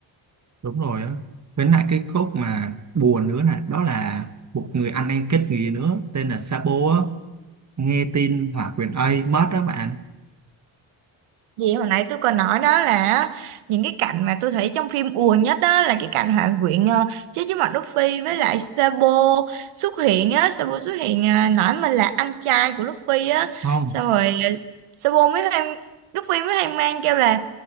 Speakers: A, on the right; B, on the right.
A: đúng rồi á với lại cái khúc mà buồn nữa này đó là một người anh em kết nghĩa nữa tên là Sabo á nghe tin Hòa Quyền Ây mất đó bạn
B: Vậy hồi nãy tôi còn nói đó là những cái cảnh mà tôi thấy trong phim ùa nhất đó là cái cảnh Hoàng Quyện ờ, chơi với Mạc Đức Phi với lại Sabo xuất hiện á, Sabo xuất hiện ờ, nói mình là anh trai của Đức Phi á,
A: không
B: xong rồi ờ, Sabo mới hoang, Đức Phi mới hoang mang kêu là